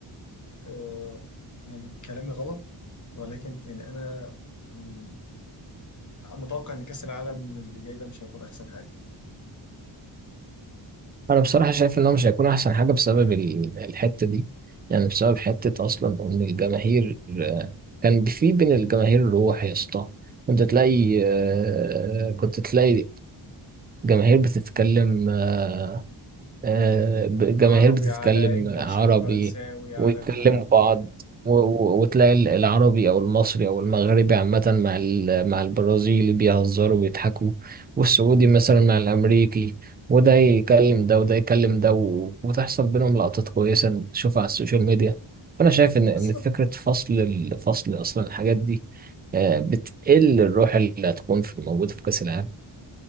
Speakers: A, on the left (about 35°); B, on the right (about 20°).
A: آه، يعني كلامي غلط ولكن يعني انا مم، متوقع ان كاس العالم اللي جاي ده مش هيكون احسن حاجه
B: انا بصراحه شايف ان هو مش هيكون احسن حاجه بسبب ال- الحته دي يعني بسبب حته اصلا ان الجماهير آه، كان في بين الجماهير روح يا اسطى كنت تلاقي آه، كنت تلاقي جماهير بتتكلم آه، آه، ب- جماهير
A: عربي
B: بتتكلم
A: على انجليش
B: عربي
A: على فرنساوي على
B: ويتكلموا
A: مش عارف
B: بعض
A: ايه
B: و- و- وتلاقي ال- العربي او المصري او المغربي عامة مع ال- مع البرازيلي بيهزروا وبيضحكوا والسعودي مثلا مع الامريكي وده يكلم ده وده يكلم ده و- وتحصل بينهم لقطات كويسة نشوفها على السوشيال ميديا فانا شايف ان ان
A: بالظبط
B: فكرة فصل الفصل اصلا الحاجات دي آه، بتقل الروح اللي هتكون في موجودة في كأس العالم